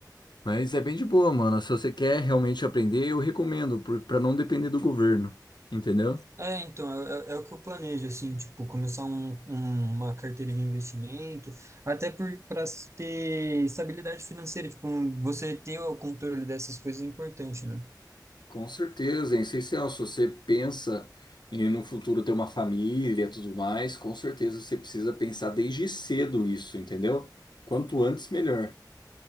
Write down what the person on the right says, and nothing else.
É, então, é, é é o que eu planejo, assim, tipo, começar um, um- uma carteira de investimento, até por, para ter estabilidade financeira, tipo, você ter o controle dessas coisas é importante, né?